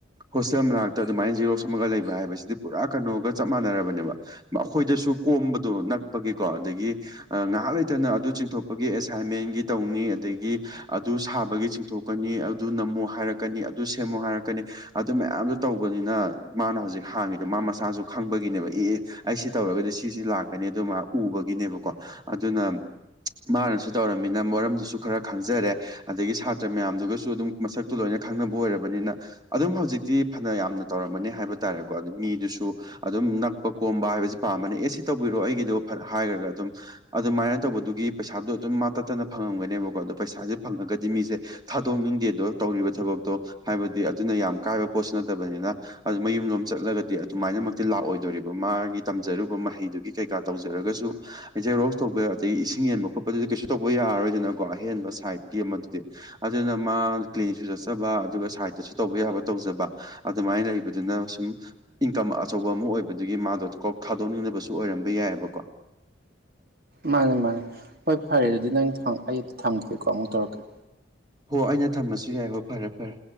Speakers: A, on the right (about 25°); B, on the right (about 55°).
A: ꯍꯣꯁꯇꯦꯜ ꯃꯅꯥꯛꯇꯥ ꯑꯗꯨꯃꯥꯏꯟ ꯖꯤꯔꯣꯛꯁ ꯑꯃꯥꯒ ꯂꯩꯕ ꯍꯥꯏꯕꯁꯤꯗꯤ ꯄꯨꯔꯥ ꯀꯩꯅꯣꯒ ꯆꯞ ꯃꯥꯟꯅꯔꯕꯅꯦꯕ ꯃꯥ ꯑꯈꯣꯏꯗꯁꯨ ꯀꯣꯝꯕꯗꯣ ꯅꯛꯄꯒꯤꯀꯣ ꯑꯗꯒꯤ ꯑꯥ ꯉꯥꯍꯥꯛ ꯂꯩꯇꯅ ꯑꯗꯨ ꯆꯤꯡꯊꯣꯛꯄꯒꯤ ꯑꯦꯁꯥꯏꯟꯃꯦꯟꯒꯤ ꯇꯧꯅꯤ ꯑꯗꯒꯤ ꯑꯗꯨ ꯁꯥꯕꯒꯤ ꯆꯤꯡꯊꯣꯛꯀꯥꯅꯤ ꯑꯗꯨ ꯅꯝꯃꯣ ꯍꯥꯏꯔꯛꯀꯥꯅꯤ ꯑꯗꯨ ꯁꯦꯝꯃꯣ ꯍꯥꯏꯔꯛꯀꯥꯅꯤ ꯑꯗꯨ ꯃꯌꯥꯝꯗꯣ ꯇꯧꯕꯅꯤꯅ ꯃꯥꯅ ꯍꯧꯖꯤꯛ ꯍꯥꯡꯉꯤꯗꯣ ꯃꯥ ꯃꯁ ꯁꯥꯖꯨ ꯈꯪꯕꯒꯤꯅꯦꯕ ꯑꯦ ꯑꯦ ꯑꯩꯁꯤ ꯇꯧꯔꯒꯗꯤ ꯁꯤꯁꯤ ꯂꯥꯛꯀꯥꯅꯤ ꯑꯗꯨ ꯃꯥ ꯎꯕꯒꯤꯅꯦꯕꯀꯣ ꯑꯗꯨꯅ ꯃꯥꯅꯁꯨ ꯇꯧꯔꯝꯃꯤꯅ ꯃꯔꯝꯗꯨꯁꯨ ꯈꯔ ꯈꯪꯖꯔꯦ ꯑꯗꯒꯤ ꯁꯥꯇ꯭ꯔꯥ ꯃꯌꯥꯝꯗꯨꯒꯥꯁꯨ ꯑꯗꯨꯝ ꯃꯁꯛꯇꯨ ꯂꯣꯏꯅ ꯈꯪꯅꯕ ꯑꯣꯏꯔꯕꯅꯤꯅ ꯑꯗꯨꯝ ꯍꯧꯖꯤꯛꯇꯤ ꯐꯅ ꯌꯥꯝꯅ ꯇꯧꯔꯝꯃꯅꯤ ꯍꯥꯏꯕ ꯇꯥꯔꯦꯀꯣ ꯑꯗꯨ ꯃꯤꯗꯨꯁꯨ ꯑꯗꯨꯝ ꯅꯛꯄ ꯀꯣꯝꯕ ꯍꯥꯏꯕꯁꯤ ꯄꯥꯝꯕꯅꯤ ꯑꯦ ꯁꯤ ꯇꯧꯕꯤꯔꯣ ꯑꯩꯒꯤꯗꯣ ꯐꯠ ꯍꯥꯏꯔꯒꯥ ꯑꯗꯨꯝ ꯑꯗꯨꯃꯥꯏꯅ ꯇꯧꯕꯗꯨꯒꯤ ꯄꯩꯁꯥꯗꯣ ꯑꯗꯨꯝ ꯃꯥ ꯇꯠꯇꯅ ꯐꯪꯉꯝꯒꯅꯦꯕꯀꯣ ꯑꯗꯣ ꯄꯩꯁꯥꯖꯦ ꯐꯪꯉꯒꯗꯤ ꯃꯤꯖꯦ ꯊꯥꯗꯣꯛꯅꯤꯡꯗꯦꯗꯣ ꯇꯧꯔꯤꯕ ꯊꯕꯛꯇꯣ ꯍꯥꯏꯕꯗꯤ ꯑꯗꯨꯅ ꯌꯥꯝ ꯀꯥꯏꯕ ꯄꯣꯠꯁꯨ ꯅꯠꯇꯕꯅꯤꯅ ꯑꯗꯨ ꯃꯌꯨꯝꯂꯣꯝ ꯆꯠꯂꯒꯥꯗꯤ ꯑꯗꯨꯃꯥꯏꯅ ꯃꯛ ꯇꯤ ꯂꯥꯛꯑꯣꯏꯗꯣꯔꯤꯕ ꯃꯥꯒꯤ ꯇꯝꯖꯔꯨꯕ ꯃꯍꯩꯗꯨꯒꯤ ꯀꯩꯀꯥ ꯇꯧꯖꯔꯒꯥꯁꯨ ꯖꯦꯔꯣꯛꯁ ꯇꯧꯕ ꯑꯗꯩ ꯏꯁꯤꯡ ꯌꯦꯟꯕ ꯈꯣꯠꯄꯗꯨꯗꯤ ꯀꯩꯁꯨ ꯇꯧꯕ ꯌꯥꯔꯔꯣꯏꯗꯅꯀꯣ ꯑꯍꯦꯟꯕ ꯁꯥꯏꯠꯀꯤ ꯑꯃꯗꯨꯗꯤ ꯑꯗꯨꯅ ꯃꯥ ꯀ꯭ꯂꯤꯅꯤꯁꯨ ꯆꯠꯆꯕ ꯑꯗꯨꯒ ꯁꯥꯏꯠꯇꯁꯨ ꯇꯧꯕ ꯌꯥꯕ ꯇꯧꯖꯕ ꯑꯗꯨꯃꯥꯏꯟ ꯂꯩꯕꯗꯨꯅ ꯁꯨꯝ ꯏꯟꯀꯝ ꯑꯆꯧꯕ ꯑꯃꯥ ꯑꯣꯏꯕꯗꯨꯒꯤ ꯃꯥꯗꯣ ꯀꯣꯛ ꯊꯥꯗꯣꯛꯅꯤꯡꯗꯕꯁꯨ ꯑꯣꯏꯔꯝꯕ ꯌꯥꯏꯕꯀꯣ
B: ꯃꯥꯅꯦ ꯃꯥꯅꯦ ꯍꯣꯏ ꯐꯔꯦ ꯗꯨꯗꯤ ꯅꯪ ꯊꯝ ꯑꯩ ꯑꯇꯥ ꯊꯝꯒꯦꯀꯣ ꯑꯃꯨꯛ ꯇꯧꯔꯛꯀꯦ
A: ꯍꯣ ꯑꯩꯅ ꯊꯝꯃꯁꯨ ꯌꯥꯏ ꯍꯣ ꯐꯔꯦ ꯐꯔꯦ